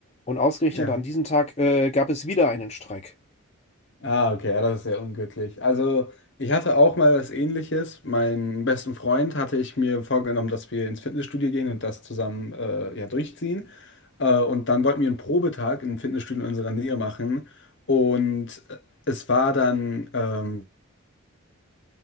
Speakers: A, on the left; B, on the left.
A: Und ausgerechnet
B: Ja.
A: an diesem Tag äh, gab es wieder einen Streik.
B: Ah, okay, ja, das ist sehr unglücklich. Also, ich hatte auch mal was Ähnliches. Meinen besten Freund hatte ich mir vorgenommen, dass wir ins Fitnessstudio gehen und das zusammen äh, ja, durchziehen. Äh, und dann wollten wir einen Probetag im Fitnessstudio in unserer Nähe machen. Und äh, es war dann ähm,